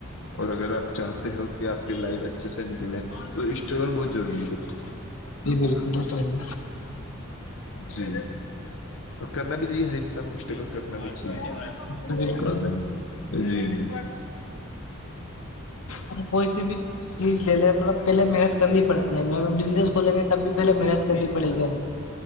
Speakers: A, on the left; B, on the left.
A: اور اگر آپ چاہتے ہو کہ آپ کی لائف اچھے سے نکلیں تو اسٹرگل بہت ضروری ہے
B: جی بالکل ہی تو نہیں
A: جی اور کرنا بھی چاہیے ہر انسان گشٹکل کرنا بھی چاہیے
B: بالکل
A: کر د جی جی
B: ہم کوئی سی بھی چیز لے لیں مطلب پہلے محنت کرنی پڑتی ہے ہم ا بزس کھولیں گے تب بھی پہلے محنت کرنی پڑے گی ہمب